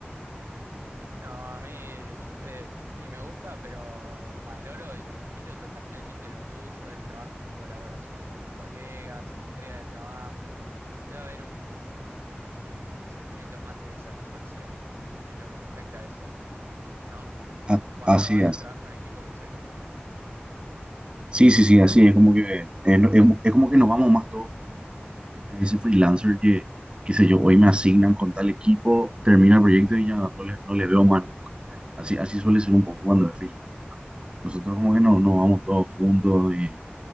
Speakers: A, on the right; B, on the right.
A: No, a mí eh, sí me gusta, pero valoro y admiro totalmente lo tuyo, el trabajo en colaboración con colegas, la entrega de trabajos. Debe haber un, un sentimiento más de satisfacción en lo que respecta a eso, ¿no?
B: A-
A: Cuando
B: Así
A: hay
B: es.
A: un trabajo en equipo que se cumple.
B: Sí, sí, sí, así es como que
A: Mm,
B: eh, no- es, es como que nos vamos más todos. juntos. Ese freelancer que, qué sé yo, hoy me asignan con tal equipo, termina el proyecto y ya no no le, no le veo más nunca. Así, así suele ser un poco
A: mm,
B: cuando es freelancer. ¿no? Nosotros como
A: ujú.
B: que no- nos vamos todos juntos y,